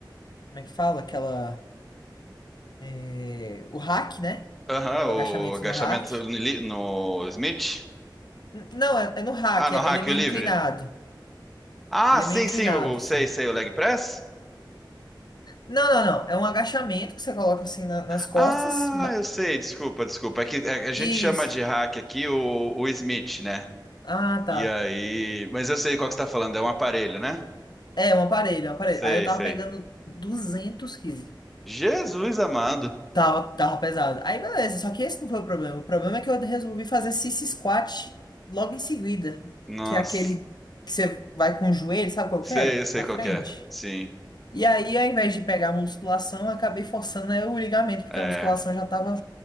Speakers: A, on the left; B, in the centre.
A: Como é que fala? Aquela. é, o hack, né?
B: Aham,
A: O agachamento
B: o agachamento
A: no hack.
B: no, li- no Smith?
A: N- Não, é, é no hack,
B: Ah, no
A: é-
B: hack
A: ele é meio
B: o livre?
A: inclinado.
B: Ah,
A: Ele
B: sim,
A: é meio inclinado,
B: sim, o, o- sei,
A: assim.
B: sei, o leg press?
A: Não, não, não. É um agachamento que você coloca assim na- nas costas.
B: Ah,
A: ma-
B: eu sei, desculpa, desculpa. É que a a gente
A: Isso.
B: chama de hack aqui o, o Smith, né?
A: Ah, tá.
B: E aí. Mas eu sei qual que você tá falando, é um aparelho, né?
A: É, um aparelho, é um aparelho.
B: Sei,
A: Aí eu tava
B: sei.
A: pegando 200 quilos.
B: Jesus amado.
A: Tava, tava pesado. Aí beleza, só que esse não foi o problema. O problema é que eu resolvi fazer sissy squat logo em seguida,
B: Nossa.
A: que é aquele que você vai com o joelho, sabe qual
B: Sei,
A: que é?
B: eu sei
A: Pra
B: qual
A: frente.
B: que é. Sim.
A: E aí, ao invés de pegar a musculação, eu acabei forçando né, o ligamento, porque
B: É.
A: a musculação já tava.